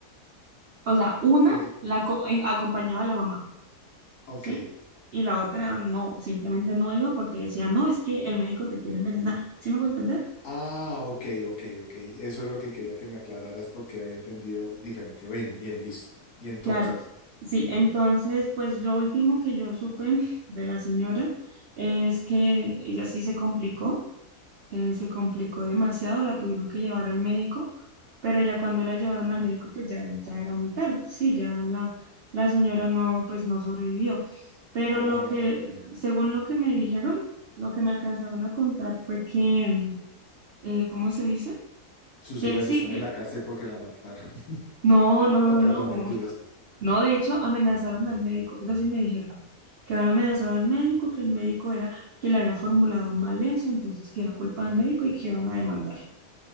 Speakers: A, on the right (about 80°); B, on the left (about 70°).
A: O sea, una
B: Es,
A: la co- eh, acompañaba a la mamá.
B: ok.
A: ¿sí? Y la otra no, simplemente no iba porque decía, no, es que el médico te quiere envenenar. ¿Sí me voy a entender?
B: Ah, ok, ok, ok. Eso es lo que quería que me aclararas porque había entendido diferente. Bien, bien, listo. Y entonces,
A: Claro. Sí, entonces, pues lo último que yo supe de la señora es que ella sí se complicó, eh, se complicó demasiado, la tuvieron que llevar al médico, pero ya cuando la llevaron al médico, pues ya, ya era muy tarde, sí, ya la, la señora no, pues no sobrevivió. Pero
B: ah,
A: lo que,
B: qué pena.
A: según lo que me dijeron, lo que me alcanzaron a contar fue que, eh, ¿cómo se dice?
B: Sus
A: Que
B: hijas
A: sí,
B: están
A: que
B: en la cárcel porque la mataron. <laughs>
A: no, no, no,
B: No, perdón,
A: no.
B: mentiras.
A: No, de hecho, amenazaron al médico. Eso sí me dijeron. Que habían amenazado al médico, que el médico era, que le había formulado mal eso, entonces que era culpa del médico y que iban a demandar.